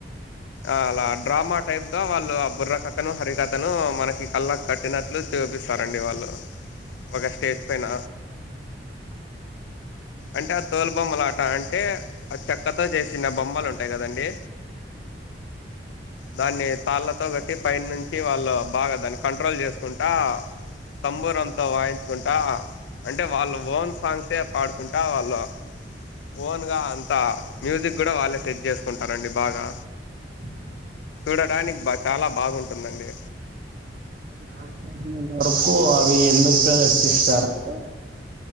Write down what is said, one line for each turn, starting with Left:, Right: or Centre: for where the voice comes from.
Left: ఆ అలా డ్రామా టైప్ గా వాళ్ళు ఆ బుర్రకథ ను హరికథ అతను మనకి కళ్ళ కట్టినట్లు చూపిస్తారండి వాళ్ళు ఒక స్టేజ్ పైన అంటే ఆ తోలు బొమ్మలాట అంటే ఆ చెక్కతో చేసిన బొమ్మలు ఉంటాయి కదండి దాన్ని తాళ్ళతో కట్టి పైనుంచి వాళ్ళు బాగా దాన్ని కంట్రోల్ చేసుకుంటా సంబూరంతో వాయించుకుంటా అంటే వాళ్ళు ఓన్ సాంగ్సే పాడుకుంటా వాళ్ళు ఓన్గా అంత మ్యూజిక్ కూడా వాళ్ళే సెట్ చేసుకుంటారండి బాగా
Right: అవునా అండి
Left: చూడడానికి బా చాలా బాగుంటుందండి
Right: నాకితెలిసినంతవరకు అవి ఎందుకు ప్రదర్శిస్తారనగా